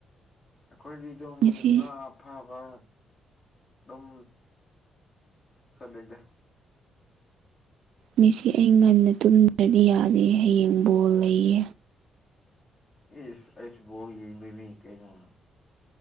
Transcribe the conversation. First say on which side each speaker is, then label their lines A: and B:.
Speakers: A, on the left; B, on the right.
A: ꯑꯈꯣꯏꯗꯤ ꯗꯨꯝ
B: ꯉꯁꯤ
A: ꯉꯥ ꯐꯕ ꯗꯨꯝ ꯆꯠꯂꯤꯗ
B: ꯃꯦꯁꯤ ꯑꯩ ꯉꯟꯅ ꯇꯨꯝꯗ꯭ꯔꯗꯤ ꯌꯥꯗꯦ ꯍꯌꯦꯡ ꯕꯣꯜ ꯂꯩꯌꯦ
A: ꯏꯁ ꯑꯩꯁꯨ ꯕꯣꯜ ꯌꯦꯡꯗꯣꯏꯅꯤ ꯀꯩꯅꯣ